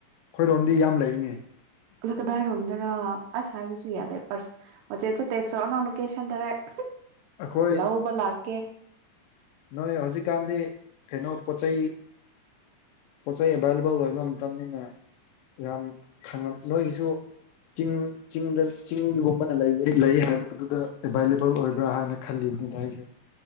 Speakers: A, on the left; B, on the right.
A: ꯈꯣꯏꯔꯣꯝꯗꯤ ꯌꯥꯝ ꯂꯩꯅꯦ
B: ꯀꯂ ꯀꯗꯥꯏꯔꯣꯝꯗꯔ꯫ ꯑꯁ ꯍꯥꯏꯕꯁꯨ ꯌꯥꯗꯦ ꯄꯔꯁ ꯋꯥꯆꯦꯞꯇ ꯇꯦꯛꯁ ꯇꯧꯔꯛꯑꯣ ꯅꯪ ꯂꯣꯀꯦꯁꯟ ꯗꯥꯏꯔꯦꯛ꯫
A: ꯑꯩꯈꯣꯏ
B: ꯂꯧꯕ ꯂꯥꯛꯀꯦ꯫
A: ꯅꯣꯏ ꯍꯧꯖꯤꯛꯀꯥꯟꯗꯤ ꯀꯩꯅꯣ ꯄꯣꯠ ꯆꯩ, ꯄꯣꯠ ꯆꯩꯩ ꯑꯦꯚꯥꯏꯂꯦꯕꯜ ꯑꯣꯏꯕ ꯃꯇꯝꯅꯤꯅꯦ ꯌꯥꯝꯈꯪ ꯅꯣꯏꯒꯤꯁꯨ, ꯆꯤꯡ ꯆꯤꯡꯗ ꯆꯤꯡꯗꯨꯒꯨꯝꯕꯅ ꯂꯩ ꯂꯩ ꯍꯥꯏꯕꯗꯨꯗ ꯑꯦꯕꯥꯏꯂꯦꯕꯜ ꯑꯣꯏꯕ꯭ꯔꯥ ꯍꯥꯏꯅ ꯈꯜꯂꯤꯕꯅꯤꯗ ꯑꯩꯖꯨ꯫